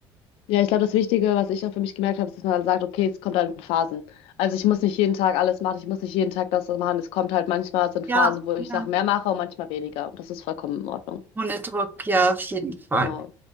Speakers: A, on the left; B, on the right.
A: Ja, ich glaube, das Wichtige, was ich auch für mich gemerkt habe, ist, dass man halt sagt, okay, es kommt halt in Phasen. Also ich muss nicht jeden Tag alles machen, ich muss nicht jeden Tag das machen. Es kommt halt manchmal, es sind
B: Ja,
A: Phasen, wo ich
B: ja.
A: Sachen mehr mache und manchmal weniger. Und das ist vollkommen in Ordnung.
B: Ohne Druck, ja, auf jeden Fall.
A: Genau.